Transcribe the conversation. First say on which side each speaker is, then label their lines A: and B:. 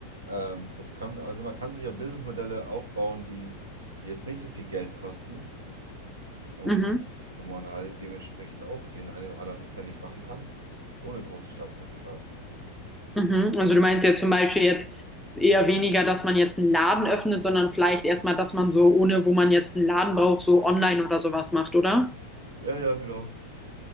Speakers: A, on the right; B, in the centre.
A: Ähm, das kann, also man kann sich auch Businessmodelle aufbauen, die jetzt nicht so viel Geld kosten und
B: Mhm.
A: wo man halt dementsprechend auch den einen oder anderen Pfennig machen kann, ohne großes Startkapital.
B: Mhm. Also du meinst ja zum Beispiel jetzt eher weniger, dass man jetzt einen Laden öffnet, sondern vielleicht erstmal, dass man so, ohne wo man jetzt einen Laden braucht, so online oder sowas macht, oder?
A: Ja, ja, genau.